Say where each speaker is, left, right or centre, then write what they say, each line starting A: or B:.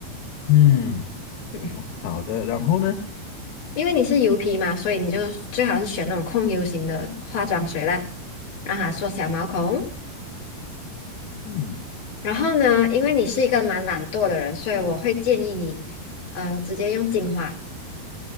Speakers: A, on the left (about 85°); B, on the left (about 35°).
A: 嗯，
B: 嗯
A: 哦好的，然后呢？
B: 因为你是油皮嘛，所以你就最好是选那种控油型的化妆水啦，让它缩小毛孔。
A: 嗯，
B: 然后呢，因为你是一个蛮懒惰的人，所以我会建议你，呃，直接用精华